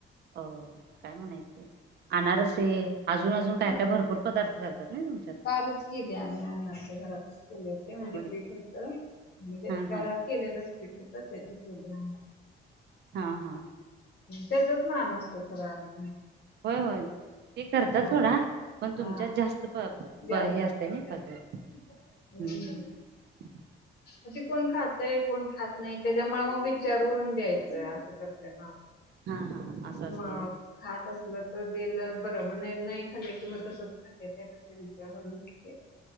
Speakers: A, on the right; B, on the left.
A: अ काय म्हणायचं ते अनारसे अजुन अजुन काय
B: पण
A: काय भरपूर पदार्थ करतात नाय तुमच्यात
B: कालच केले आम्ही अनारसे भर <unintelligible> ते म्हणजे
A: होय.
B: पीठ होतं म्हणजे
A: हा
B: घरात
A: हा
B: केलेलंच पीठ होतं तर तेज केलं
A: हा हा
B: त्याचाच मान असतो खरा आधिक
A: होय होय ते करत्यात
B: हा
A: सोडा पण
B: हा
A: तुमच्यात जास्त प
B: जास्त
A: प हे असतय
B: असते
A: नाय
B: जास्त.
A: पदार्थ
B: हम्म.
A: हम्
B: अशी कोण खातय कोण खात नाही त्याच्यामुळ मग विचारून द्यायचं ना
A: हा हा असं असते
B: मग खात असलं तर बिलं बर हम्मणाय नाय <unintelligible> <unintelligible>